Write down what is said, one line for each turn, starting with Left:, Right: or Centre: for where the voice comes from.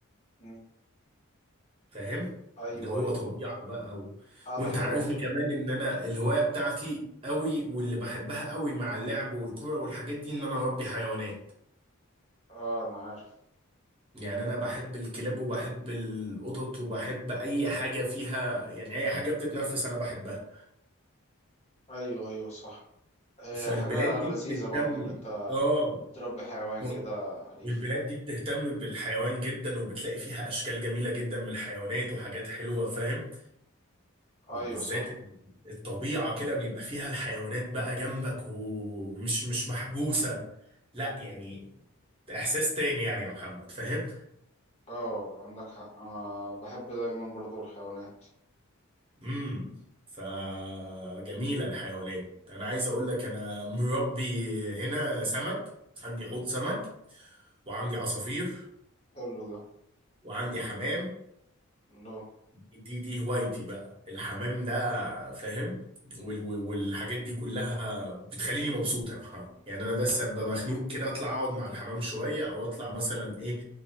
Left: مم.
Right: فاهم
Left: ايوه
Right: ده هو
Left: ايوه
Right: طبيعة بقى و...
Left: اه
Right: وانت
Left: ده حلو
Right: عارفني كمان ان انا الهواية بتاعتي قوي واللي بحبها قوي مع اللعب والكرة والحاجات دي ان انا اربي حيوانات
Left: اه انا عارف
Right: يعني انا بحب الكلاب وبحب القطط وبحب اي حاجة فيها يعني اي حاجة بتتنفس انا بحبها
Left: ايوه ايوه صح آه
Right: فالبلاد
Left: حاجة
Right: دي
Left: لذيذة
Right: بتهتم
Left: برضو ان انت
Right: اه
Left: تربي حيوان
Right: و-
Left: كده أليف
Right: والبلاد دي بتهتم بالحيوان جدا وبتلاقي فيها اشكال جميلة جدا من الحيوانات وحاجات حلوة فاهم وبالذات
Left: ايوه صح
Right: الطبيعة كده بيبقى فيها الحيوانات بقى جنبك ومش مش محبوسة لا يعني إحساس تاني يعني يا محمد فاهم؟
Left: اه عندك حق انا بحب دايما برضو الحيوانات
Right: امم فجميلة الحيوانات أنا عايز أقول لك أنا مربي هنا سمك عندي حوض سمك وعندي عصافير
Left: حلو ده
Right: وعندي حمام
Left: الله
Right: دي دي هوايتي بقى الحمام ده فاهم وال وال- والحاجات دي كلها بتخليني مبسوط يا محمد يعني انا بس ابقى مخنوق كده اطلع اقعد مع الحمام شويه او اطلع مثلا ايه